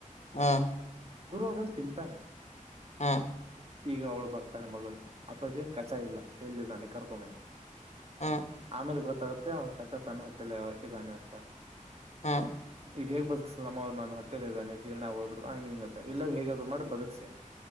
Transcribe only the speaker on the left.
ಹಾ
ಹಾ
ಹ್ಮ್
ಹ್ಮ್